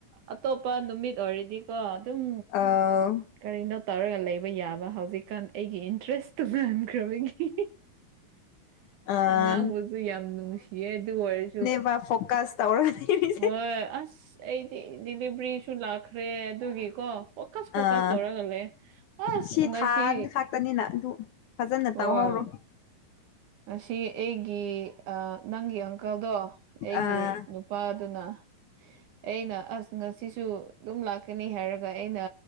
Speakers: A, on the right; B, on the left.
A: ꯑꯇꯣꯞꯄ ꯅꯨꯃꯤꯠ ꯑꯣꯏꯔꯗꯤꯀꯣ ꯑꯗꯨꯝ꯫
B: ꯑꯧ
A: ꯀꯔꯤꯅꯣ ꯇꯧꯔꯒ ꯂꯩꯕ ꯌꯥꯕ ꯍꯧꯖꯤꯛꯀꯥꯟ ꯑꯩꯒꯤ ꯏꯟꯇꯔꯦꯁ ꯇꯨꯅꯍꯟꯈ꯭ꯔꯕꯒꯤ꯫
B: ꯑꯥ
A: ꯑꯉꯥꯡꯕꯁꯨ ꯌꯥꯝ ꯅꯨꯡꯁꯤꯌꯦ ꯑꯗꯨ ꯑꯣꯏꯔꯁꯨ꯫
B: ꯃꯥ ꯐꯣꯀꯁ ꯇꯧꯔꯒ ꯂꯩꯔꯤ꯫
A: ꯍꯣꯏ ꯑꯁ ꯑꯩꯗꯤ ꯗꯤꯂꯤꯚ꯭ꯔꯤꯁꯨ ꯂꯥꯛꯈ꯭ꯔꯦ ꯑꯗꯨꯒꯤꯀꯣ꯫ ꯐꯣꯀꯁ
B: ꯑꯥ
A: ꯐꯣꯀꯁ ꯇꯧꯔꯒ ꯂꯩꯌꯦ ꯑꯁ
B: ꯁꯤ
A: ꯉꯁꯤ
B: ꯊꯥ ꯈꯥꯛꯇꯅꯤꯅ ꯑꯗꯨ ꯐꯖꯅ
A: ꯍꯣꯏ꯫
B: ꯇꯧꯍꯧꯔꯣ
A: ꯑꯁꯤ ꯑꯩꯒꯤ ꯑ ꯅꯪꯒꯤ ꯑꯪꯀꯜꯗꯣ ꯑꯩꯒꯤ
B: ꯑꯥ
A: ꯅꯨꯄꯥꯗꯨꯅ
B: <inaudible>
A: ꯑꯩꯅ ꯑꯁ ꯉꯁꯤꯁꯨ ꯑꯗꯨꯝ ꯂꯥꯛꯀꯅꯤ ꯍꯥꯏꯔꯒ ꯑꯩꯅ